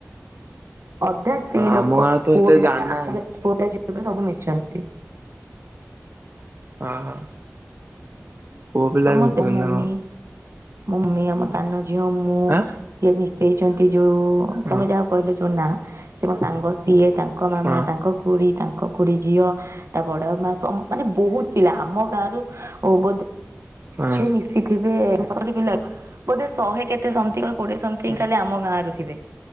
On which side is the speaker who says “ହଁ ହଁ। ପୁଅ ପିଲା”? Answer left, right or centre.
Right